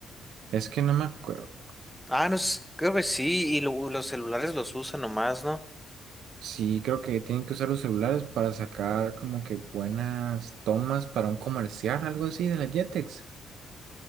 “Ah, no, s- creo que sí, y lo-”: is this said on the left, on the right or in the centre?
Centre